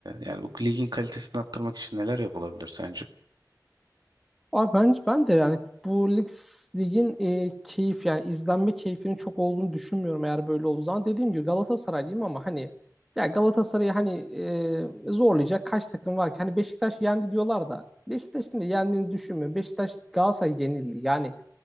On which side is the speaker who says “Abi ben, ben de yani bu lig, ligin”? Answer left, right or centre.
Centre